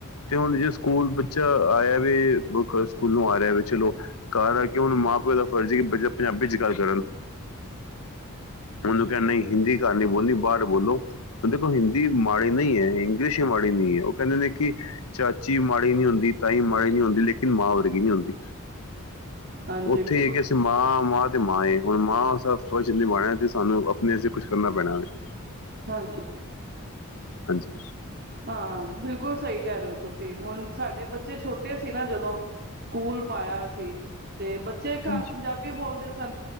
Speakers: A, on the left (about 85°); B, on the right (about 45°).
A: ਤੇ ਹੁਣ ਜੇ ਸਕੂਲ ਚ ਆਇ ਵੀ ਇਹ ਪੱਕਾ ਸਕੂਲੋਂ ਆ ਰਿਹਾ ਵੀ ਚਲੋ ਘਰ ਆ ਕੇ ਹੁਣ ਮਾਂ ਪਿਓ ਦਾ <unintelligible> ਬੱਚੇ ਪੰਜਾਬੀ ਚ ਗੱਲ ਕਰਨ, ਉਹਨੂੰ ਕਹਿ ਨਹੀ ਹਿੰਦੀ ਕਹ ਨੀ ਬੋਲਣੀ ਬਾਰ ਬੋਲੋ। ਹੁਣ ਦੇਖੋ ਹਿੰਦੀ ਮਾੜੀ ਨਈ ਅ ਇੰਗਲਿਸ਼ ਹੀ ਮਾੜੀ ਨੀ ਉਹ ਕਹਿੰਦੇ ਨੇ ਕਿ ਚਾਚੀ ਮਾੜੀ ਨੀ ਹੁੰਦੀ ਤਾਈ ਮਾੜੀ ਨੀ ਹੁੰਦੀ ਲੇਕਿੰਨ ਮਾਂ ਵਰਗੀ ਨੀ ਹੁੰਦੀ।
B: ਹਾਂਜੀ। ਬਿਲਕੁਲ
A: ਠੀਕ ਏ ਅਸੀ ਮਾਂ ਮਾਂ ਤੇ ਮਾਂ ਏ ਹੁਣ ਮਾਂ ਸ‌ ਫਰਜ਼ ਨਿਬਾਣਾ ਤੇ ਸਾਨੂੰ ਆਪਣੇ ਸੇ ਕੁਛ ਕਰਨਾ ਪੈਣਾ ਐ।
B: ਹਾਂਜੀ,
A: ਹਾਂਜੀ
B: ਹਾਂ ਬਿਲਕੁਲ ਸਹੀ ਕਹਿ ਰੇ ਔ ਤੁਸੀਂ ਹੁਣ ਸਾਡੇ ਬੱਚੇ ਚੇ ਛੋਟੇ ਸੀ ਨਾ ਜਦੋਂ ਸਕੂਲ ਪਾਇਆ ਸੀ। ਤੇ ਬੱਚੇ ਘਰ
A: ਹਾਂਜੀ
B: ਪੰਜਾਬੀ ਬੋਲਦੇ ਸ ਸਨ